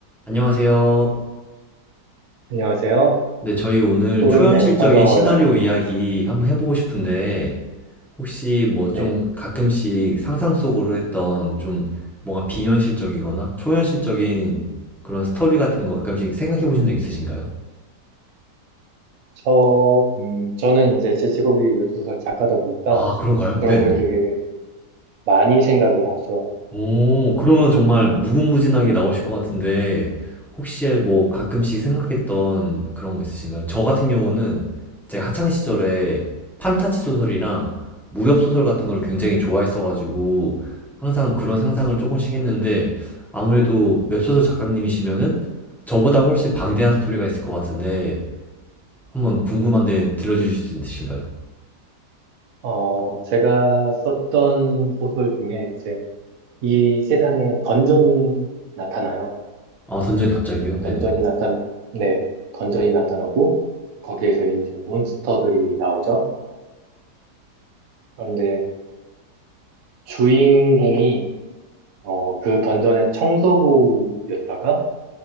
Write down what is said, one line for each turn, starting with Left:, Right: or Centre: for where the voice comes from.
Centre: 안녕하세요.
Right: 안녕하세요.
Centre: 네, 저희 오늘
Right: 또
Centre: 초현실적인
Right: 뵙네요. 반가워요.
Centre: 시나리오 이야기 한번 해보고 싶은데, 혹시 뭐 좀
Right: 네.
Centre: 가끔씩 상상 속으로 했던 좀 뭔가 비현실적이거나 초현실적인 그런 스토리 같은 거 가끔씩 생각해 보신 적 있으신가요?
Right: 저, 음, 저는 이제 제 직업이 웹소설 작가다 보니까
Centre: 아, 그런가요?
Right: 그런
Centre: 네네.
Right: 거에 되게 많이 생각을 하죠.
Centre: 오, 그러면 정말 무궁무진하게 나오실 것 같은데, 혹시 뭐 가끔씩 생각했던 그런 거 있으신가요? 저 같은 경우는 제가 학창 시절에 판타지 소설이랑 무협 소설 같은 걸 굉장히 좋아했어가지고, 항상 그런 상상을 조금씩 했는데, 아무래도 웹소설 작가님이시면은 저보다 훨씬 방대한 스토리가 있을 것 같은데, 한번 궁금한데 들려주실 수 있으신가요?
Right: 어, 제가 썼던 소설 중에 이제 이 세상에 던전이 나타나요.
Centre: 아, 던전이 갑자기요?
Right: 던전이
Centre: 네네.
Right: 나타, 네. 던전이 나타나고 거기에서 이제 몬스터들이 나오죠. 그런데 주인공이 어, 그 던전의 청소부였다가